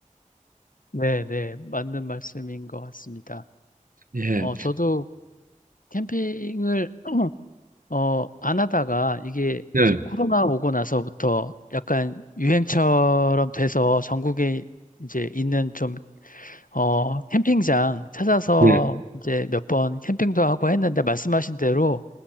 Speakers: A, on the left; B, on the right.
A: 네네. 맞는 말씀인 것 같습니다.
B: 예,
A: 어, 저도 캠핑을 <clears throat> 어, 안 하다가 이게
B: 예,
A: 이제 코로나 오고 나서부터 약간 유행처럼 돼서 전국에 이제 있는 좀, 어, 캠핑장 찾아서
B: 예,
A: 이제 몇 번 캠핑도 하고 했는데 말씀하신 대로,